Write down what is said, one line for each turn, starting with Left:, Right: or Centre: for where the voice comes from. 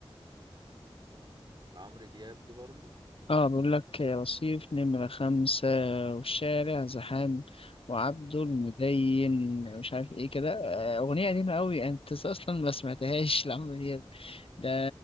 Right: آه، لعمرو دياب دي برضه
Left: اه بيقول لك رصيف نمرة خمسة والشارع زحام وعبده المدين
Right: آه،
Left: مش عارف ايه كده آه، أغنية قديمة أوي يعني أنت أصلا ما سمعتهاش <laughs> لعمرو دياب ده